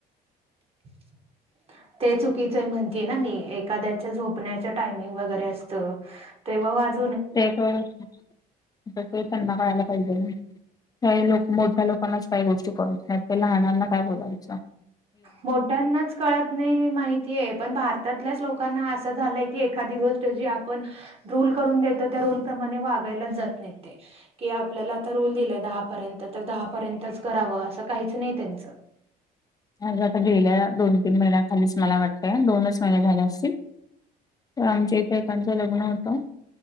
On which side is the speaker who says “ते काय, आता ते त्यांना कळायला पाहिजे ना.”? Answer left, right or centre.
Left